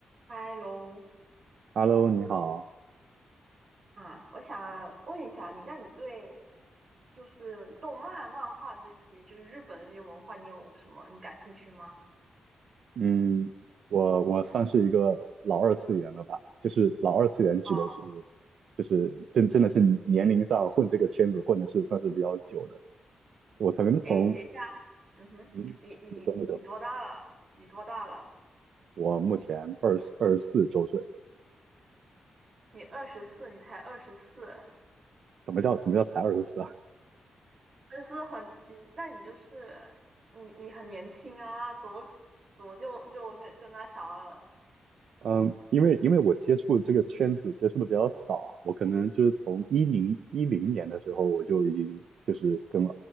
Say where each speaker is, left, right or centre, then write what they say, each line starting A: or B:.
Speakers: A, on the right; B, on the right.
A: 嗨喽，
B: Hello，你好。
A: 啊，我想问一下你，那你对就是动漫、漫画这些，就是日本的这些文化，你有什么你感兴趣吗？
B: 嗯，我我算是一个老二次元了吧？就是老二次元指的是，
A: 哦，
B: 就是真真的是年龄上混这个圈子混的是算是比较久的。我曾从，
A: 哎，等一下，嗯哼，
B: 嗯，
A: 你你你你多大了？
B: 你说你说，
A: 你多大了？
B: 我目前二十二十四周岁。
A: 你二十四，你才二十四，
B: 什么叫什么叫才二十四啊？
A: 二十四很，嗯，那你就是你你很年轻啊，怎么怎么就就那就那啥了？
B: 嗯，因为因为我接触这个圈子接触的比较早啊，我可能就是从一零一零年的时候，我就已经就是跟